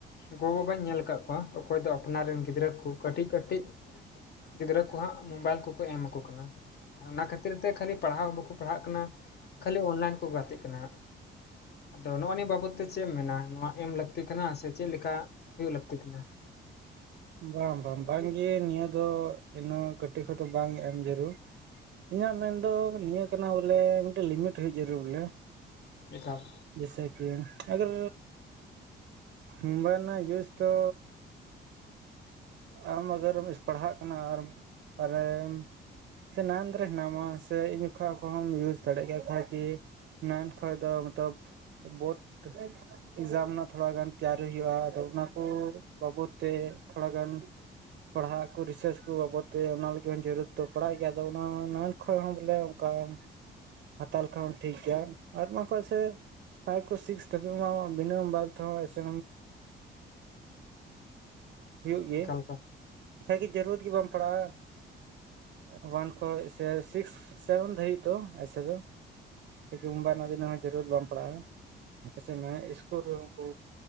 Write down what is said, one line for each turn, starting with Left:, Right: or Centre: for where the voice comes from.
Left: ᱜᱚ ᱵᱟᱵᱟᱧ ᱧᱮᱞ ᱟᱠᱟᱫ ᱠᱚᱣᱟ ᱚᱠᱚᱭ ᱫᱚ ᱟᱯᱱᱟᱨ ᱨᱮᱱ ᱜᱤᱫᱽᱨᱟᱹ ᱠᱚ ᱠᱟᱹᱴᱤᱡ ᱠᱟᱹᱴᱤᱡ ᱜᱤᱫᱽᱨᱟᱹ ᱠᱚ ᱦᱟᱸᱜ ᱢᱳᱵᱟᱭᱤᱞ ᱠᱚᱠᱚ ᱮᱢ ᱟᱠᱚ ᱠᱟᱱᱟ ᱚᱱᱟ ᱠᱷᱟᱹᱛᱤᱨ ᱛᱮ ᱠᱷᱟᱹᱞᱤ ᱯᱟᱲᱦᱟᱣ ᱵᱟᱠᱚ ᱯᱟᱲᱦᱟᱜ ᱠᱟᱱᱟ᱾ ᱠᱷᱟᱹᱞᱤ ᱚᱱᱞᱟᱭᱤᱱ ᱠᱚ ᱜᱟᱛᱮᱜ ᱠᱟᱱᱟ ᱟᱫᱚ ᱱᱚᱜᱼᱚ ᱱᱤᱭᱟᱹ ᱵᱟᱵᱚᱫ ᱛᱮ ᱪᱮᱫ ᱮᱢ ᱢᱮᱱᱟ ᱱᱚᱣᱟ ᱮᱢ ᱞᱟᱹᱠᱛᱤ ᱠᱟᱱᱟ ᱥᱮ ᱪᱮᱫ ᱞᱮᱠᱟ ᱦᱩᱭᱩᱜ ᱞᱟᱹᱠᱛᱤ ᱠᱟᱱᱟ?
Right: ᱵᱟᱝ ᱵᱟᱝ, ᱵᱟᱝ ᱜᱮ ᱱᱤᱭᱟᱹ ᱫᱚ ᱤᱱᱟᱹ ᱠᱟᱹᱴᱤᱡ ᱠᱷᱚᱱ ᱫᱚ ᱵᱟᱝ ᱮᱢ ᱡᱟᱹᱨᱩᱲ᱾ ᱤᱧᱟᱹᱜ ᱢᱮᱱ ᱫᱚ ᱱᱤᱭᱟᱹ ᱠᱟᱱᱟ ᱵᱚᱞᱮ ᱢᱤᱫᱴᱮᱱ ᱞᱤᱢᱤᱴ ᱦᱳᱭ ᱡᱟᱹᱨᱩᱨ ᱵᱚᱞᱮ᱾
Left: ᱮᱠᱟᱞ,
Right: ᱡᱮᱥᱮ ᱠᱤ ᱟᱜᱟᱨ ᱢᱳᱵᱟᱭᱤᱞ ᱨᱮᱱᱟᱜ ᱤᱭᱩᱥ ᱫᱚ ᱟᱢ ᱟᱜᱟᱨᱮᱢ ᱥ ᱯᱟᱲᱦᱟᱜ ᱠᱟᱱᱟ, ᱟᱨ ᱟᱨᱮᱢ ᱥᱮ ᱱᱟᱱᱫᱽ ᱨᱮ ᱦᱮᱱᱟᱢᱟ ᱥᱮ ᱤᱧ ᱠᱷᱚ ᱠᱚᱦᱚᱸᱢ ᱤᱭᱩᱡᱽ ᱫᱟᱲᱮᱭᱟᱜ ᱜᱮᱭᱟ ᱠᱷᱟᱭ ᱠᱤ ᱢᱮᱱ ᱠᱷᱚᱡ ᱫᱚ ᱢᱚᱛᱞᱚᱵ ᱵᱳᱨᱰ ᱮᱠᱡᱟᱢ ᱨᱮᱱᱟᱜ ᱛᱷᱚᱲᱟ ᱜᱟᱱ ᱛᱮᱭᱟᱨᱤ ᱦᱩᱭᱩᱜᱼᱟ ᱟᱫᱚ ᱚᱱᱟᱠᱩ, ᱵᱟᱵᱚᱫ ᱛᱮ ᱛᱷᱚᱲᱟ ᱜᱟᱱ ᱯᱟᱲᱦᱟᱜ ᱠᱚ ᱨᱤᱥᱟᱨᱪ ᱠᱚ ᱵᱟᱵᱚᱛ ᱛᱮ ᱚᱱᱟ ᱞᱟᱹᱜᱤᱫ ᱦᱚᱸ ᱡᱟᱹᱨᱩᱲ ᱫᱚ ᱯᱟᱲᱦᱟᱜ ᱜᱮᱭᱟ᱾ ᱟᱫᱚ ᱚᱱᱟ ᱚᱱᱟ ᱠᱷᱚᱡ ᱦᱚᱸ ᱵᱚᱞᱮ ᱚᱱᱠᱟ ᱦᱟᱛᱟᱣ ᱞᱮᱠᱷᱟᱱ ᱦᱚᱸ ᱴᱷᱤᱠ ᱜᱮᱭᱟ, ᱟᱨ ᱱᱚᱣᱟ ᱠᱚ ᱠᱷᱚᱡ ᱥᱮ ᱯᱷᱟᱭᱤᱵᱽ ᱠᱷᱚᱡ ᱥᱤᱠᱥ ᱫᱷᱟᱵᱤᱡ ᱢᱟ ᱢᱤᱱᱤᱢᱟᱢ ᱵᱟᱫᱷᱳ ᱮᱥᱮ ᱦᱩᱭᱩᱜ ᱜᱮ
Left: ᱮᱠᱟᱞ ᱮᱠᱟᱞ
Right: ᱠᱷᱟᱡᱜᱮ ᱡᱟᱹᱨᱩ ᱨᱟᱛ ᱜᱮ ᱵᱟᱢ ᱯᱟᱲᱟᱜᱼᱟ᱾ ᱳᱚᱣᱟᱱ ᱠᱷᱚᱡ ᱥᱮ ᱥᱤᱠᱥ ᱥᱮᱵᱷᱮᱱ ᱫᱷᱟᱵᱤᱡ ᱫᱚ ᱮᱥᱮ ᱫᱚ ᱮᱠᱮ ᱦᱚᱸ ᱢᱳᱵᱟᱭᱤᱞ ‌ᱨᱮᱬᱟᱜ ᱡᱟᱹᱨᱩᱲ ᱵᱟᱝ ᱯᱟᱲᱟᱜᱼᱟ᱾ ᱟᱯᱟᱥᱮᱜ ᱢᱮ ᱤᱥᱠᱩᱞ ᱨᱮᱦᱚᱸ ᱠᱚ